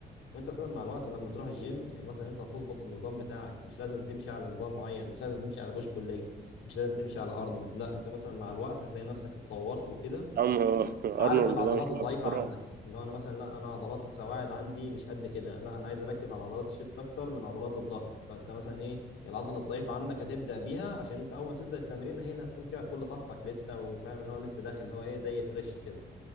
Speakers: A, on the left; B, on the right.
A: وانت اساسا مع الوقت لما تروح الجيم يعني مثلا انت هتظبط النظام بتاعك مش لازم تمشي على نظام معين مش لازم تمشي على بوش بول ليج مش لازم تمشي على ارنولد لا انت مثلا مع الوقت هتلاقي نفسك اتطورت وكده
B: عم آه، <laughs>
A: عارف
B: ارنولد
A: العضلات
B: ده مش
A: الضعيفه
B: لاعب كوره
A: عندك اللي هو انا مثلا لا انا عضلات السواعد عندي مش قد كده لا انا عايز اركز على عضلات الشيست اكتر من عضلات الظهر فانت مثلا ايه العضله الضعيفه عندك هتبدا بيها عشان انت اول ما تبدا التمرين هي اللي هتكون فيها كل طاقتك لسه وفاهم ان هو لسه داخل اللي هو ايه زي فريش كده